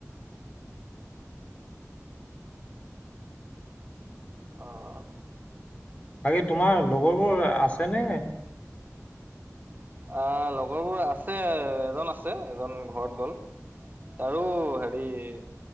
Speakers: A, on the right; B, on the left.
A: অঁ অঁ
B: তাকে তোমাৰ লগৰবোৰ আছে নে?
A: আহ', - লগৰবোৰ আছে এজন আছে এজন ঘৰত গ'ল। তাৰো হেৰি আ',